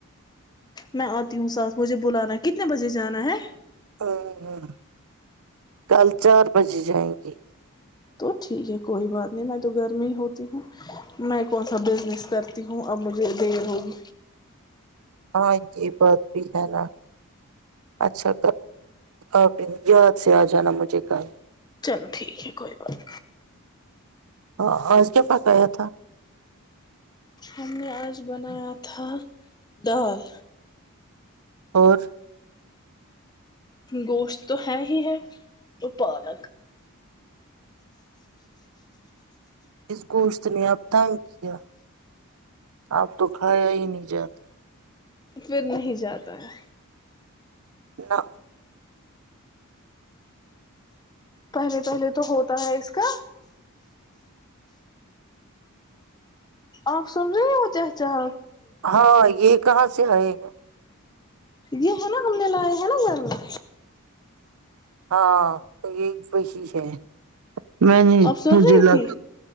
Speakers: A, on the left (about 20°); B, on the right (about 80°).
A: میں آتی ہوں ساتھ مجھے بلانا کتنے بجے جانا ہے
B: لو کل چار بجے جائیں گے
A: تو ٹھیک ہے کوئی بات نہیں میں تو گھر میں ہی ہوتی ہوں میں کون سا بزنس کرتی ہوں اب مجھے دیر ہوگی
B: ہاں یہ بات بھی ہے نا اچھا آپ یاد سے آ جانا مجھے کل
A: چلو ٹھیک ہے کوئی بات
B: ہاں آج کیا پکایا تھا
A: ہم نے آج بنایا تھا دال
B: اور
A: گوشت تو ہے ہی ہے اور پالک <inaudible>
B: اس گوشت نے اب تنگ کیا اب تو کھایا ہی نہیں جاتا
A: پھر نہیں جاتا ہے
B: نہ
A: پہلے پہلے تو ہوتا ہے اس کا آپ سن رہی ہو چچا
B: ہاں یہ کہاں سے سے ائے ہیں
A: یہ ہے نا ہم نے لاائے ہے نا گھر میں
B: ہاں تو یہ وہی ہے میں نہیں
A: آپ سن
B: مجھے
A: رہی
B: لگ
A: تھی